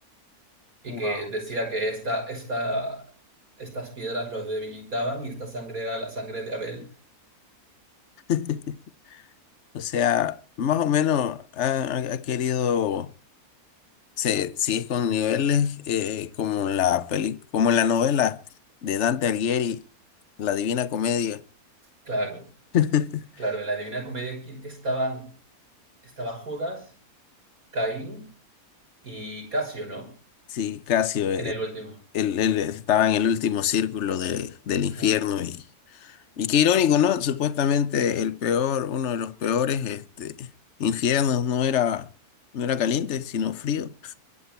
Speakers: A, on the right; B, on the left.
A: y
B: Guau.
A: que decía que esta, esta, estas piedras los debilitaban y esta sangre era la sangre de Abel.
B: <laughs> o sea, más o menos ha, ha- ha querido... Se, si es con niveles eh, como la peli, como en la novela de Dante Alighieri, La Divina Comedia.
A: Claro,
B: <laughs>
A: claro, en la Divina Comedia estaban, estaba Judas, Caín y Casio, ¿no?
B: Sí, Casio, eh,
A: En el último.
B: él, él estaba en el último círculo de- del infierno
A: Ajá.
B: y, y qué irónico, ¿no? Supuestamente el peor, uno de los peores este, infiernos no era, no era caliente, sino frío.